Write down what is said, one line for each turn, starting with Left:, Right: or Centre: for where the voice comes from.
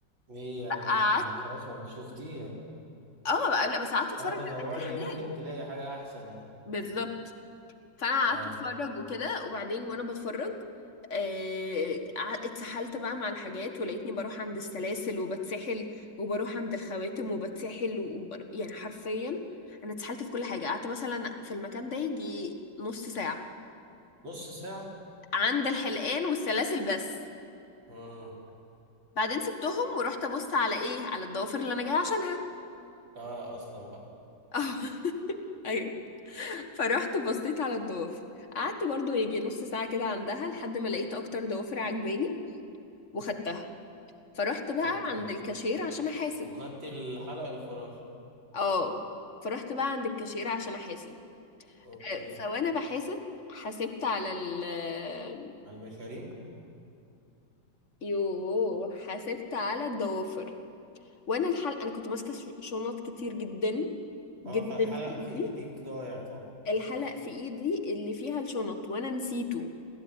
Right: ليه يعني
Left: قعدت
Right: مش- ما خلاص ما انت شفتيه
Left: اه بقى- لا بس قعدت اتفرج
Right: قاعد
Left: على
Right: ادوري
Left: بقية
Right: يمكن
Left: الحاجات
Right: تلاقي حاجة احسن يعني
Left: بالظبط فانا
Right: اه
Left: قعدت اتفرج وكده وبعدين وانا بتفرج آه، قع- اتسحلت بقى مع الحاجات ولقيتني بروح عند السلاسل وبتسحل وبروح عند الخواتم وبتسحل وبر... يعني حرفيا انا اتسحلت في كل حاجة قعدت مثلا في المكان ده يجي نص ساعة
Right: نص ساعة
Left: عند الحلقان والسلاسل بس
Right: مم.
Left: بعدين سبتهم ورحت ابص على ايه على الضوافر اللي انا جايه عشانها
Right: اه اصلا بقى
Left: اه <laughs> ايوه فروحت بصيت على الضوافر قعدت برضو يجي نص ساعة كده عندها لحد ما لقيت اكتر ضوافر عجباني وخدتها فرحت بقى
Right: اوكي
Left: عند الكاشير عشان احاسب
Right: وخدت الحلق الفراشي
Left: اه فرحت بقى عند الكاشير عشان احاسب
Right: اوكي
Left: آه، فوانا بحاسب حاسبت على ال آه،
Right: على المشاريب
Left: يوه حاسبت على الضوافر وانا الحلقة انا كنت ماسكة ش- شنط كتير جدا
Right: اه
Left: جدا
Right: فالحلق
Left: في ايدي
Right: في ايدك ضايع طبعا
Left: الحلق في ايدي اللي فيها الشنط وانا نسيته